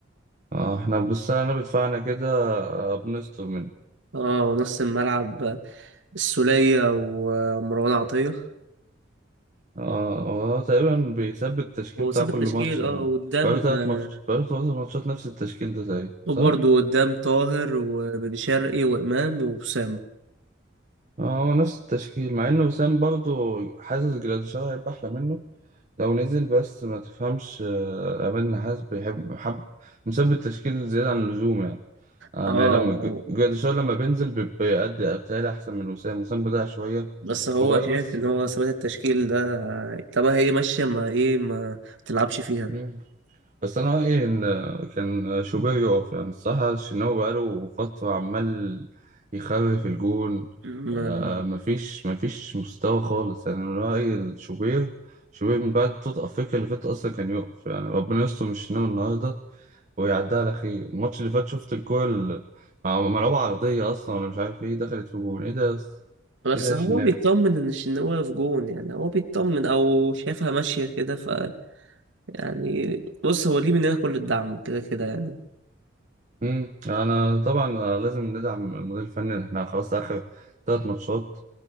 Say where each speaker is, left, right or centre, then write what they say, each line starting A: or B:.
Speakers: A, on the right; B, on the right.
A: آه، احنا بالسنه بدفعنا كده آه، بنستر منه
B: اه ونص الملعب السولية ومروان عطية
A: آه، هو تقريبا بيثبت التشكيل
B: هو
A: بتاع
B: ساب
A: كل
B: التشكيل
A: ماتش
B: اه
A: يعني
B: وقدام
A: بقاله تلات
B: آه،
A: ماتشات بقاله تلات ماتشات نفس التشكيل ده تقريبا
B: وبرضه
A: صح؟
B: قدام طاهر وبن شرقي وإمام وأسامة
A: آه، هو نفس التشكيل مع إن وسام برضه حاسس جراديشار هيبقى أحلى منه لو نزل بس ما تفهمش آه، عماد النحاس بيحب حب مثبت تشكيل زيادة عن اللزوم يعني يعني
B: اه
A: لما ج- جراديشار لما بينزل بي- بيأدي بتهيألي أحسن من وسام وسام بضيع شوية
B: بس هو
A: وبقاله
B: شايف
A: بس
B: إن هو ثبات التشكيل ده آه، طب هي ماشية ما إيه ما تلعبش فيها
A: مم. بس أنا رأيي إن آه، كان آه، شوبير يقف يعني الصراحة الشناوي بقاله فترة عمال يخرف الجون
B: ما
A: آه مفيش مفيش مستوى خالص يعني أنا رأيي الشوبير شوبير من بعد بطولة أفريقيا اللي فاتت أصلا كان يقف يعني ربنا يستر من الشناوي النهاردة ويعدها على خير الماتش اللي فات شفت الكورة ال- مع- ملعوبة عرضية أصلا ولا مش عارف إيه دخلت في جول إيه ده يا أس-
B: بس
A: إيه ده يا
B: هو
A: شناب
B: بيطمن إن إن هو في جون يعني هو بيطمن أو شايفها ماشية كده ف يعني بص هو ليه مننا كل الدعم كده كده يعني
A: امم أنا طبعا لازم ندعم المدير الفني إحنا خلاص آخر تلات ماتشات